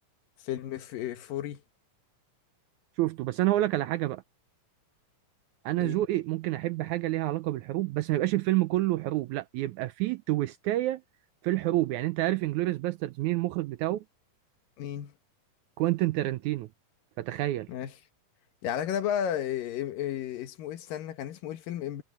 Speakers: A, on the left; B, on the right.
A: فيلم ف- فوري
B: شفته بس انا هقول لك على حاجه بقى انا
A: ايه
B: ذوقي ممكن احب حاجه ليها علاقه بالحروب بس ما يبقاش الفيلم كله حروب لا يبقى فيه تويستايه في الحروب يعني انت عارف انجلوريوس باستردز مين المخرج بتاعه
A: مين
B: كوينتين تارانتينو فتخيل
A: ماشي يعني على كده بقى إيه إيه إيه، اسمه ايه استنى كان اسمه ايه الفيلم